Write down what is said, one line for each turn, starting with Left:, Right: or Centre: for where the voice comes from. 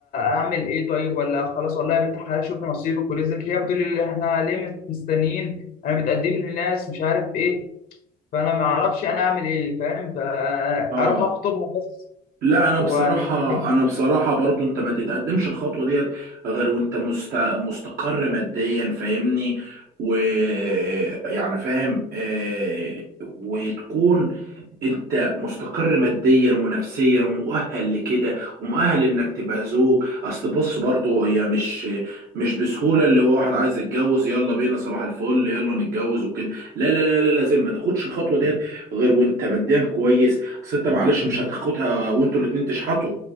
Left: اعمل ايه طيب ولا خلاص والله يا بنت الحلال شوف نصيبك ورزقك هي بتقول لي احنا ليه مستنيين انا بتقدم لي ناس مش عارف ايه فانا ما اعرفش انا اعمل ايه فاهم فاروح
Right: اه
Left: اخطبها بس
Right: لا انا
Left: ولا
Right: بصراحه
Left: اعمل ايه
Right: انا بصراحه برضو انت ما تتقدمش الخطوه ديت غير وانت مست... مستقر ماديا فاهمني ويعني فاهم آه، وتكون انت مستقر ماديا ونفسيا ومؤهل لكده ومؤهل انك تبقى زوج اصل بص برضو هي مش مش بسهوله اللي هو واحد عايز يتجوز يلا بينا صباح الفل يلا نتجوز وكده لا لا لا لا لازم ما تاخدش الخطوه ديت غير وانت ماديا كويس اصل انت معلش مش هتاخدها وانتوا الاتنين تشحطوا